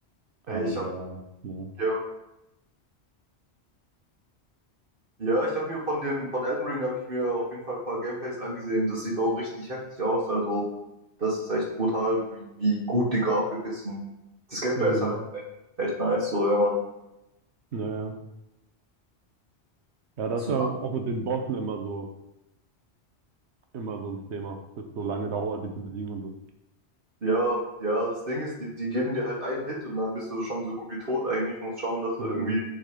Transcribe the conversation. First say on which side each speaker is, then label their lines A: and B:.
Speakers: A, on the right (about 80°); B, on the right (about 55°).
A: Aber
B: Ey, ich habe
A: ja.
B: ja Ja, ich habe mir von dem, von Elden Ring habe ich mir auf jeden Fall ein paar Gameplays angesehen. Das sieht auch richtig heftig aus. Also, das ist echt brutal, wie, wie gut die Grafik ist. Und das Gameplay
A: Mhm.
B: ist halt auch echt, echt nice, so, ja, Mann.
A: Naja. Ja, das
B: Das,
A: ist ja auch mit den Bossen immer so, immer so ein Thema, dass so lange dauert, die zu besiegen und so.
B: ja, ja, das Ding ist, die, die geben dir halt einen Hit und dann bist du schon so gut wie tot eigentlich. Musst schauen, dass du
A: Mhm,
B: irgendwie